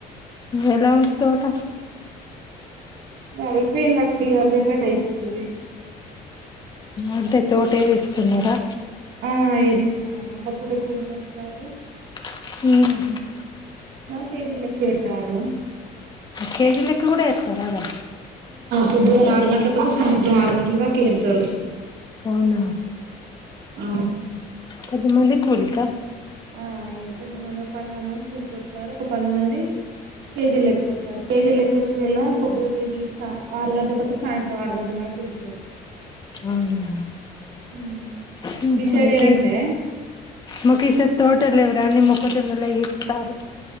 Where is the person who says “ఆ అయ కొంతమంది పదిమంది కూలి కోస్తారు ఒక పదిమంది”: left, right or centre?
Right